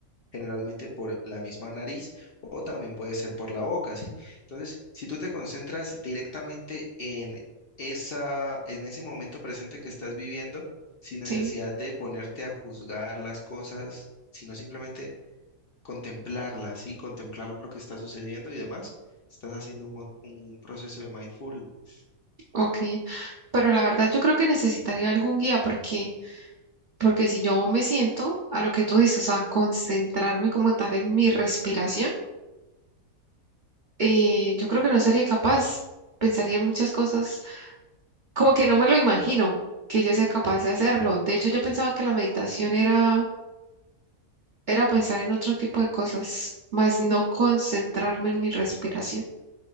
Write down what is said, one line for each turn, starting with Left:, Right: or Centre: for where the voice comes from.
Left: generalmente por la misma nariz o también puede ser por la boca, ¿sí? Entonces, si tú te concentras directamente en esa, en ese momento presente que estás viviendo, sin necesidad
Right: sí,
Left: de ponerte a juzgar las cosas, sino simplemente contemplarlas, ¿sí? Contemplar lo que está sucediendo y demás, estás haciendo un, mon- un proceso de mindfulness.
Right: ok. Pero la verdad yo creo que necesitaría algún guía porque, porque si yo me siento a lo que tú dices, a concentrarme como tal en mi respiración, eh, yo creo que no sería capaz. Pensaría en muchas cosas como que no me lo imagino que yo sea capaz de hacerlo. De hecho, yo pensaba que la meditación era, era pensar en otro tipo de cosas, más no concentrarme en mi respiración.